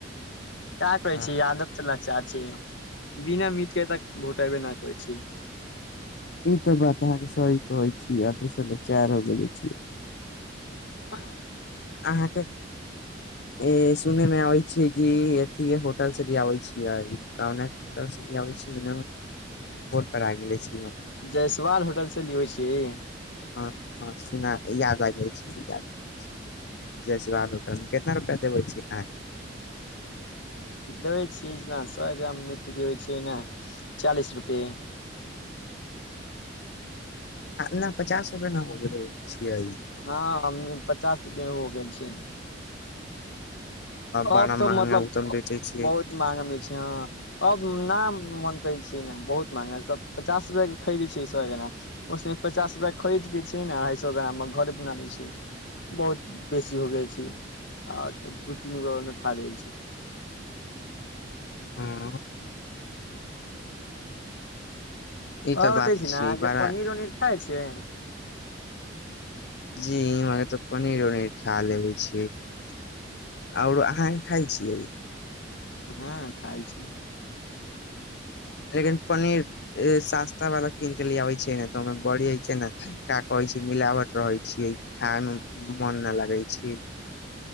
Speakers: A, on the left; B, on the left.
A: काऽ कहै
B: हँ
A: छी आदत समाचार छैयौ बिना मीट के त घोटाइबे ना करै छै
B: ई तऽ बात अहाँके सही कहै छी आ दोस चार हो गेले छी
A: <inaudible> <inaudible>
B: अहाँके ए सुने मे आबै छियै कि एथि होटल से ले आबै छियै कन तबै छै <unintelligible> ने फर पर गेलै सी
A: जयसवाल होटलसँ लियबै छीयै
B: हँ हँ हँ सुना याद आ गेल छै विद्यार्थी जैसवाल होटल कितना रुपआ देबे छी आई
A: देबै छियै जेना सए ग्राम मीट देवय छियै न चालिस रुपे
B: न पचास रुपै न होबे देबय छियइ
A: हँ आ पचास रुपआ हो गेल छै अब
B: बड़ा महंगा
A: तऽ मतलब
B: उ तऽ हम बेचै छियै
A: बहुत महग मे छै अहा अब न मोन करै छै न बहुत महंगा सब पचास रुपआ के खरीदै छै सौ ग्राम ओसे पचास रुपआ खरीद लै छियै ने अढ़ाई सए ग्राम घरे बना लै छियै बहुत बेसी हो गेल छै आ दू तीन गोरा और मे खा लै छै
B: हँ ई
A: ह
B: तऽ
A: बते
B: बात
A: छी ने
B: छियै
A: अहाँके
B: बड़ा
A: पनीर उनीर खाय छी
B: जी इर तो पनीर उनीर खा लेबे छी
A: <unintelligible>
B: आओर अहाँके खाइ छियै
A: हँ खाय छै
B: लेकिन पनीर सस्ता वाला कीन के ले आबे छैै ने त बढ़ छै ने क कहै छै मिलावट रहै छियइ खायमे मोन ना लगै छै